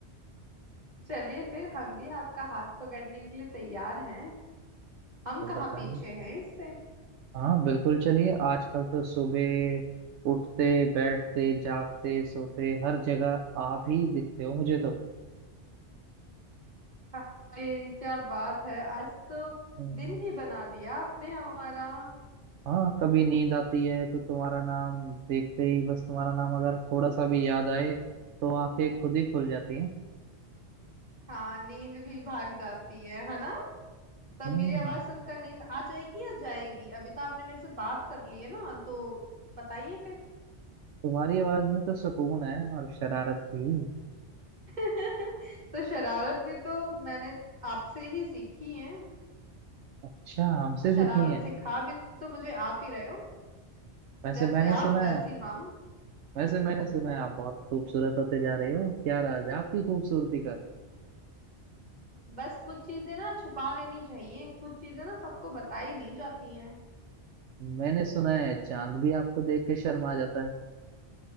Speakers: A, on the right; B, on the right.
A: चलिए फिर हम भी आपका हाथ पकड़ने के लिए तैयार हैं हम
B: तो
A: कहाँ
B: बताएं
A: पीछे हैं इससे
B: हाँ बिल्कुल चलिए आजकल तो सुबह उठते बैठते जागते सोते हर जगह आप ही दिखते हो मुझे तो
A: अरे क्या बात है आज तो
B: हम्म,
A: दिन ही बना दिया आपने हमारा
B: हाँ कभी नींद आती है तो तुम्हारा नाम देखते ही बस तुम्हारा नाम अगर थोड़ा सा भी याद आए तो आंखें खुद ही खुल जाती हैं
A: हाँ नींद भी भाग जाती है है ना तब
B: हम्म
A: मेरी आवाज सुनकर नींद आ जाएगी या जाएगी अभी तो आपने मेरे से बात कर ली है ना तो बताइए फिर
B: तुम्हारी आवाज में तो सुकून है और शरारत भी
A: <laughs> तो शरारत भी तो मैंने आपसे ही सीखी है
B: अच्छा हमसे
A: शरारत
B: सीखी है
A: सिखा भी तो मुझे आप ही रहे हो
B: वैसे
A: जैसे
B: मैंने
A: आप
B: सुना
A: वैसी
B: है
A: हम
B: वैसे मैंने सुना है आप बहुत खूबसूरत होते जा रहे हो क्या राज है आपकी खूबसूरती का
A: बस कुछ चीजें ना छुपा लेनी चाहिए कुछ चीजें ना सबको बताई नहीं जाती हैं
B: मैंने सुना है चांद भी आपको देख के शर्मा जाता है